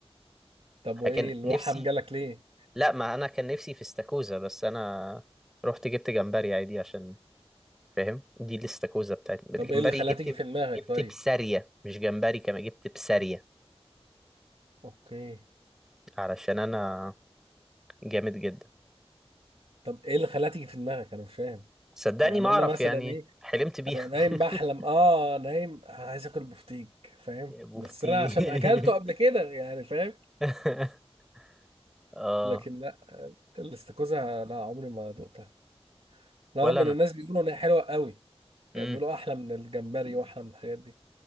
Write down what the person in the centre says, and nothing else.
كان
نفسي
لا ما انا كان نفسي في استاكوزا بس انا رحت جبت جمبري عادي عشان فاهم دي الاستاكوزا بتاعتي
جمبري
جبت
جبت
بسارية مش جمبري كمان جبت بسارية
علشان انا جامد جدا
صدقني
ما اعرف
يعني
حلمت بيها
<laughs>
يا بوفتيك
<laughs> اه
ولا
انا
امم